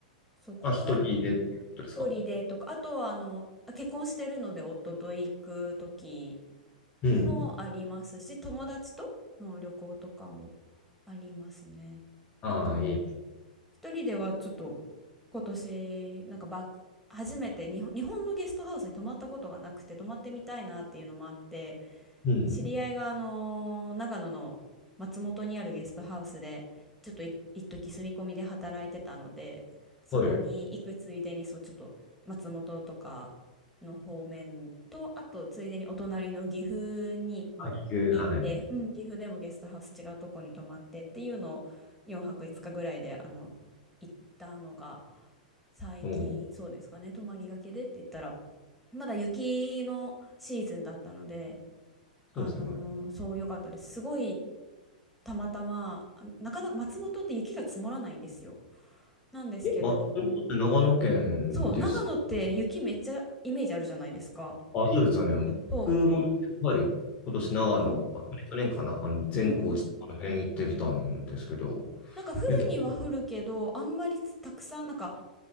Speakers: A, in the centre; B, on the left.
A: そう、国
B: あ、一人でってことですか。
A: 内でとか、あとはあの、あ結婚してるので夫と行く時
B: うん。
A: もありますし、友達との旅行とかもありますね。
B: ああ、
A: なんか
B: いい。
A: 一人ではちょっと今年なんかば初めて日本、日本のゲストハウスに泊まったことがなくて泊まってみたいなっていうのもあって
B: うん。
A: 知り合いが、あのー長野の松本にあるゲストハウスで、ちょっとい一時住み込みで働いてたので、そこに行くついでに、
B: はい。
A: そう、ちょっと松本とかの方面と、あとついでにお隣の岐阜にも行って、
B: あ、急、はい。
A: うん、岐阜でもゲストハウス違うとこに泊まってっていうのを4泊5日ぐらいで、あの、行ったのが、最近そうですかね、
B: うん。
A: 泊まりがけでって言ったら、まだ雪のシーズンだったので、あのーそう、
B: そうですね。
A: 良かったです。すごい、たまたま、あなかなか松本って雪が積もらないんですよ。なんですけど、
B: え、ま松本って長野県です。
A: そう、長野って雪めっちゃイメージあるじゃないですか。
B: あ、そうですよね。
A: そ
B: 僕も、はい。今年長野、
A: う、そう、
B: あ、去年かな。あの、善光寺、
A: うんうん。
B: あの辺行ってきたんですけど、
A: なんか降るには降るけど、
B: 雪、
A: あんまりつたくさん、なんか